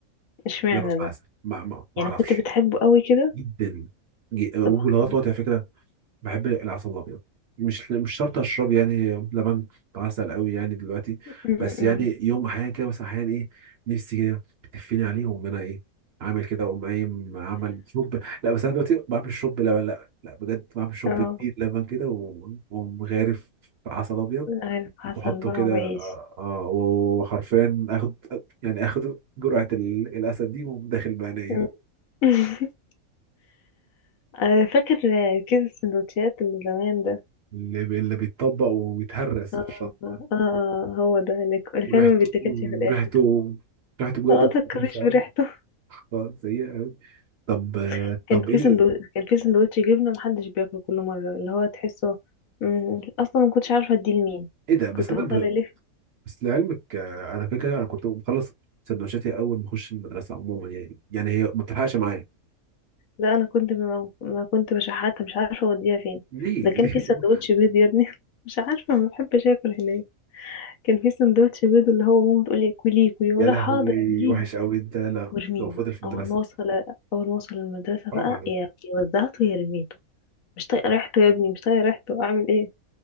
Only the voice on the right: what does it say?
لما ببقى
عسل ما ما ما
اعرفش
جدا ج- ولغايه
دلوقتي على فكره بحب العسل الابيض مش مش شرط اشرب يعني لبن بعسل قوي يعني دلوقتي
بس
يعني يوم احيانا كده بس احيانا ايه نفسي كده بتفيني عليهم انا ايه عامل كده واقوم قايم عامل شرب لا بس انا دلوقتي بعمل شرب لبن لا لا بجد بعمل شرب
كتير لبن كده و- واقوم غارف في عسل ابيض
واحطه
كده
اه آه، وحرفيا اخد يعني اخد جرعة ال- الاسد دي واقوم داخل بقى نايم
اللي بي- اللي بيتطبق ويتهرس
في الشنطة
وريحته
وريحته
ريحته بجد
بتبقى
وحشه قوي
اه سيئه قوي طب
طب ايه
ال-
ايه ده بس
انا
ب-
بس لعلمك آه، انا فاكر انا كنت بخلص سندوتشاتي اول ما اخش المدرسه عموما يعني يعني هي ما بتلحقش معايا
ليه
<laughs> ليه
طب
يا لهوي
وحش قوي انت لا
لو فضل
في المدرسه
حرام
عليك